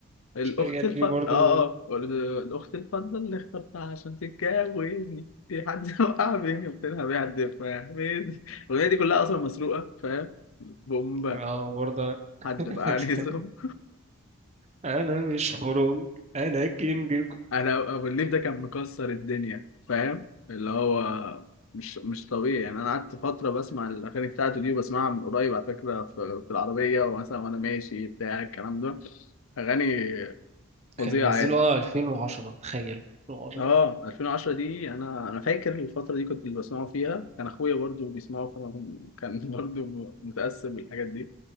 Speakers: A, on the left; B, on the right.
A: الأخت
B: شغال
A: الف
B: فيه
A: آه
B: برضه
A: آه الأخت الفضلة اللي اخترتها عشان تتجوزني في حد وقع بيني وبينها بيحد فاهمني الأغنية دي كلها أصلا مسروقة فاهم بومبا
B: اه برضه
A: حد
B: <laughs>
A: فقعني زوم
B: انا مش خرنج انا كينج
A: أنا أبو الليف ده كان مكسر الدنيا فاهم اللي هو مش مش طبيعي يعني أنا قعدت فترة بسمع الأغاني بتاعته دي وبسمعها من قريب على فكرة في في العربية ومثلا وأنا ماشي بتاع الكلام ده أغاني فظيعة
B: كان منزله
A: يعني
B: اه 2010 تخيل 2010
A: اه 2010 دي انا انا فاكر الفتره دي كنت اللي بسمعه فيها كان اخويا برضو بيسمعه فانا كن- كان <laughs> برضو متاثر بالحاجات دي